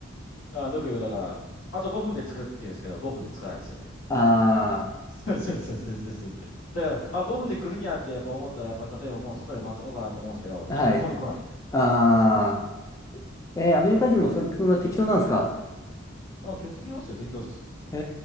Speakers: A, on the left (about 85°); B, on the left (about 15°).
A: あ、よく言う、だから、あと5分で着くって言うんですけど、5分で着かないですよね。
B: あ
A: そうそうそうそうそうそう。だから、あ、5分で来るんやってやっぱ思ったら、やっぱ例えばもう外で待っとこうかなと思うんですけど、
B: あ、
A: 一向に来ない。
B: はい。ああ、えー、アメリカ人もそ、そんな適当なんですか
A: あ、け適当っすよ、適当っす。
B: へ